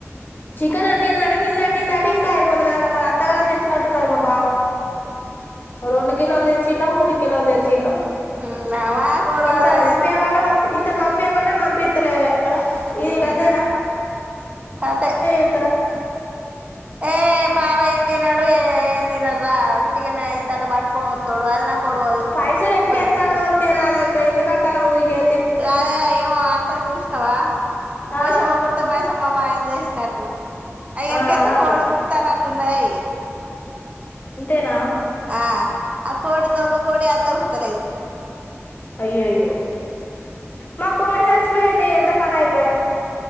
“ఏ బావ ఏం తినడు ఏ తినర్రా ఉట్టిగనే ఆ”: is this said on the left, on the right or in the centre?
Right